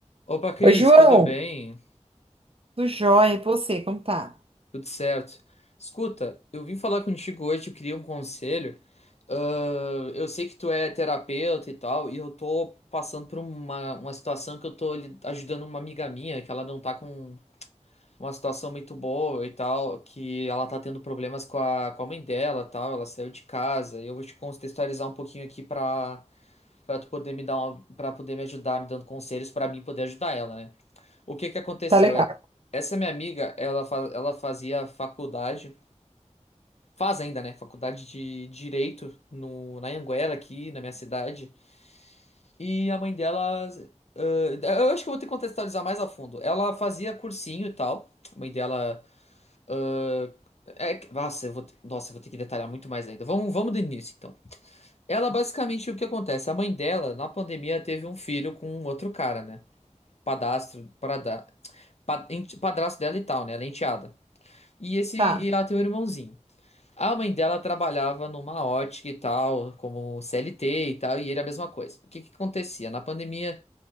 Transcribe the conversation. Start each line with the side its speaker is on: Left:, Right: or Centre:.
Left: Opa, Cris,
Right: Oi, João.
Left: tudo bem?
Right: Tudo jóia, e você, como tá?
Left: Tudo certo. Escuta, eu vim falar contigo hoje, eu queria um conselho. Ah, eu sei que tu é terapeuta e tal, e eu tô passando por uma, uma situação que eu tô li- ajudando uma amiga minha, que ela não tá com uma situação muito boa e tal, que ela tá tendo problemas com a, com a mãe dela, e tal, ela saiu de casa. E eu vou te contextualizar um pouquinho aqui pra, pra tu poder me dar uma, pra poder me ajudar, me dando conselhos pra mim poder ajudar ela, né? O que que aconteceu?
Right: Tá legal.
Left: É- Essa minha amiga, ela, fa- ela fazia faculdade, faz ainda, né? Faculdade de Direito no, na Anhanguera, aqui na minha cidade. E a mãe dela. ãh, eu acho que eu vou ter que contextualizar mais a fundo. Ela fazia cursinho e tal. A mãe dela. ãh, é que- nossa, eu vou ter, nossa, eu vou ter que detalhar muito mais ainda. Vamos, vamos do início, então. Ela, basicamente, o que acontece? A mãe dela, na pandemia, teve um filho com outro cara, né? Padastro, parada, pa- ente- padrasto dela e tal, né? Ela é enteada. E esse
Right: Tá.
Left: e ela tem um irmãozinho. A mãe dela trabalhava numa ótica e tal, como CLT e tal, e ele a mesma coisa. O que que acontecia? Na pandemia,